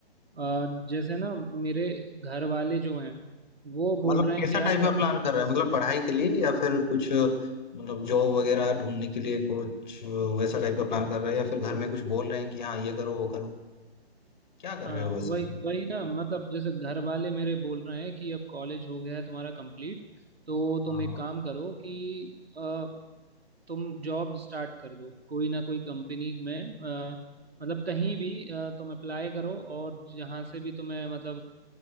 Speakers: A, on the right; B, on the left.
A: अ, जैसे ना मेरे घर वाले जो हैं वो बोल
B: मतलब
A: रहे हैं
B: कैसा
A: कि यार
B: टाइप का प्लान कर रहे हैं मतलब पढ़ाई के लिए या फिर कुछ मतलब जॉब वगैरह ढूंढने के लिए कुछ वैसा टाइप का प्लान कर रहे हैं या फिर घर में कुछ बोल रहे हैं कि हाँ ये करो वो करो क्या कर
A: हाँ
B: रहे हो वैसे
A: वही वही ना मतलब जैसे घर वाले मेरे बोल रहे हैं कि अब कॉलेज हो गया है तुम्हारा कंप्लीट तो
B: हाँ
A: तुम एक
B: हाँ
A: काम करो कि अ, तुम जॉब स्टार्ट कर दो कोई ना कोई कंपनी में अ, मतलब कहीं भी अ, तुम अप्लाई करो और जहाँ से भी तुम्हें मतलब